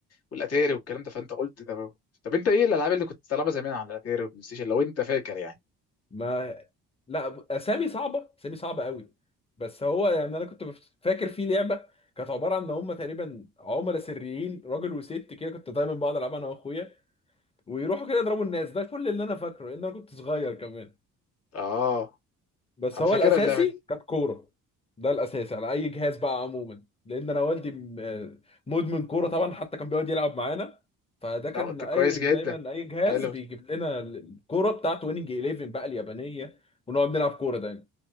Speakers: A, on the left; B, on the left.
A: والاتاري والكلام ده فانت قلت طب طب انت ايه الالعاب اللي كنت بتلعبها زمان على الاتاري والبلاي ستيشن لو انت فاكر يعني
B: ما لا اسامي صعبه اسامي صعبه قوي بس هو يعني انا كنت بف- فاكر في لعبه كانت عباره عن ان هم تقريبا عملاء سريين راجل وست كده كنت دايما بقعد العبها انا واخويا ويروحوا كده يضربوا الناس ده كل اللي انا فاكره لان انا كنت صغير كمان
A: اه
B: بس
A: انا
B: هو
A: فاكرها
B: الاساسي
A: اللعبه دي
B: كانت كوره ده الاساسي على اي جهاز بقى عموما لان انا والدي م- مدمن كوره طبعا حتى كان بيقعد يلعب معانا فده
A: لا
B: كان
A: انت
B: اي
A: كويس جدا
B: دايما اي جهاز
A: حلو
B: بيجيب لنا الكوره بتاعته ويننج 11 بقى اليابانيه ونقعد نلعب كوره دايما